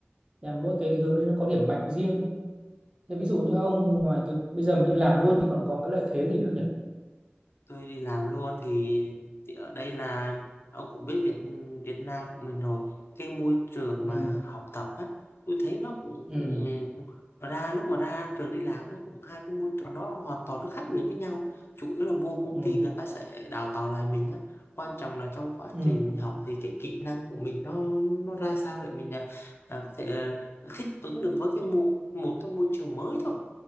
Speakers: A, on the right; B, on the left.
A: Em mỗi cái, cái hướng đấy nó có điểm mạnh riêng. Thế ví dụ như ông ngoài cái bây giờ mình đi làm luôn thì còn có cái lợi thế gì nữa nhỉ?
B: tôi đi làm luôn thì, thì ở đây là ông cũng biết Việt Việt Nam của mình rồi cái môi trường
A: Ừ.
B: mà học tập á tôi thấy nó cũng,
A: Ừ.
B: cũng ra lúc mà ra trường đi làm nó cũng hai cái môi trường đó hoàn toàn nó khác biệt với nhau chủ yếu là vô công
A: Ừ.
B: ty người ta sẽ đào tạo lại mình á quan trọng là trong quá
A: Ừ.
B: trình mình học thì cái kỹ năng của mình nó nó ra sao để mình à, à, có thể à, thích ứng được với cái một một cái môi trường mới thôi